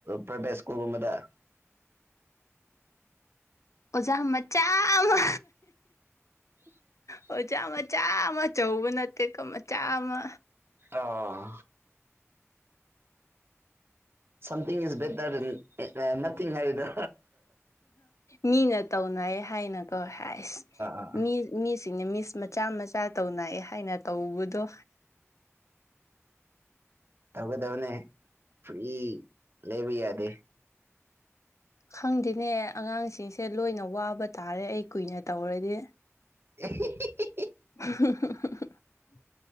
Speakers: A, on the right; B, on the left.
A: ꯄ꯭ꯔꯥꯏꯚꯦꯠ ꯁ꯭ꯀꯨꯜꯒꯨꯝꯕꯗ
B: ꯑꯣꯖꯥ ꯃꯆꯥꯥ ꯑꯃ
A: <inaudible>
B: ꯑꯣꯖꯥ ꯃꯆꯥ ꯑꯃ ꯑꯆꯧꯕ ꯅꯠꯇꯦꯀꯣ ꯃꯆꯥ ꯑꯃ
A: ꯑꯥ something is better than nothing ꯍꯥꯏꯔꯤꯗꯣ
B: ꯃꯤꯅ ꯇꯧꯅꯩ ꯍꯥꯏꯅ ꯀꯣ ꯍꯥꯏꯁ
A: ꯑꯥ
B: ꯃꯤ ꯃꯤꯁ ꯃꯆꯥ ꯃꯆꯥ ꯇꯧꯅꯩ ꯍꯥꯏꯅ ꯇꯧꯕꯗꯣ
A: ꯇꯧꯒꯗꯕꯅꯦ ꯐꯔꯤ ꯂꯩꯕ ꯌꯥꯗꯦ
B: ꯈꯪꯗꯦꯅꯦ ꯑꯉꯥꯡꯁꯤꯡꯁꯦ ꯂꯣꯏꯅ ꯋꯥꯕ ꯇꯥꯔꯦ ꯑꯩ ꯀꯨꯏꯅ ꯇꯧꯔꯗꯤ
A: <unintelligible>
B: <unintelligible>